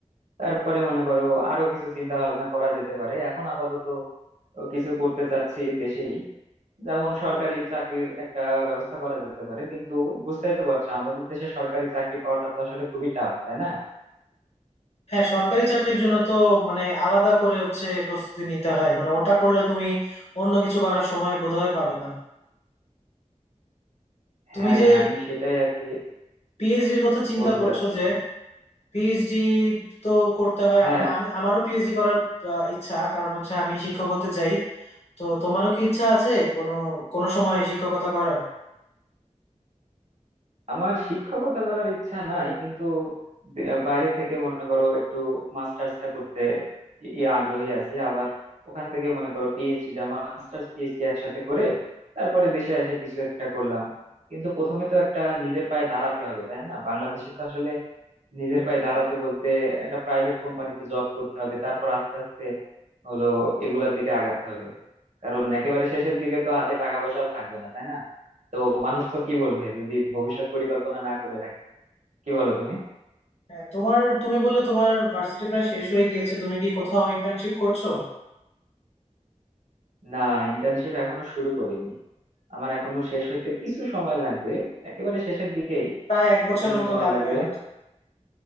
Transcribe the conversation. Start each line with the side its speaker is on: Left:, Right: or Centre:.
Right: তারপরে মনে করো আরো কিছু চিন্তা ভাবনা করা যেতে পারে এখন আপাতত কিছু করতে চাচ্ছি দেশেই যেমন সরকারি চাকরির একটা ব্যবস্থা করা যেতে পারে কিন্তু বুঝতেই তো পারছো আমাদের দেশে সরকারি চাকরি পাওয়াটা তো আসলে খুবই টাফ তাই না
Left: হ্যাঁ সরকারি চাকরির জন্য তো মানে আলাদা করে হচ্ছে প্রস্তুতি নিতে হয় মানে ওটা করলে তুমি অন্য কিছু করার সময় বোধহয় পাবে না তুমি
Right: হ্যাঁ
Left: যে
Right: আমি সেটাই আর কি
Left: পিএইচডির কথা চিন্তা
Right: বলতে
Left: করছো
Right: চাচ্ছিলাম
Left: যে পিএইচডি তো করতে হয়
Right: হ্যাঁ
Left: মানে আমি আমারও পিএইচডি করার আহ, ইচ্ছা কারণ হচ্ছে আমি শিক্ষক হতে চাই তো তোমারও কি ইচ্ছা আছে কোনো কোনো সময় শিক্ষকতা করার
Right: আমার শিক্ষকতা করার ইচ্ছা নাই কিন্তু দে- বাইরে থেকে মনে করো একটু মাস্টার্সটা করতে ই- ই আগ্রহী আছি আবার ওখান থেকে মনে করো পিএইচডিটা মাস্টার্স পিএইচডি একসাথে করে তারপরে দেশে এসে কিছু একটা করলাম কিন্তু প্রথমে তো একটা নিজের পায়ে দাঁড়াতে হবে তাই না বাংলাদেশে তো আসলে নিজের পায়ে দাঁড়াতে বলতে একটা প্রাইভেট কোম্পানিতে জব করতে হবে তারপর আস্তে আস্তে হলো এগুলার দিকে আগাতে হবে কারণ একেবারে শেষের দিকে তো হাতে টাকা পয়সাও থাকবে না তাই না তো মানুষ তো কি বলবে যদি ভবিষ্যৎ পরিকল্পনা না করে রাখে কি বলো তুমি
Left: হ্যাঁ তোমার তুমি বললে তোমার ভার্সিটি প্রায় শেষ হয়ে গিয়েছে তুমি কি কোথাও ইন্টার্নশিপ করছো
Right: না ইন্টার্নশিপ এখনো শুরু করিনি আমার এখনো শেষ হইতে কিছু সময় লাগবে একেবারে শেষের দিকেই
Left: প্রায় এক
Right: তো
Left: বছরের
Right: কিছু
Left: মতো
Right: সময়
Left: লাগবে
Right: লাগবে
Left: হয়তো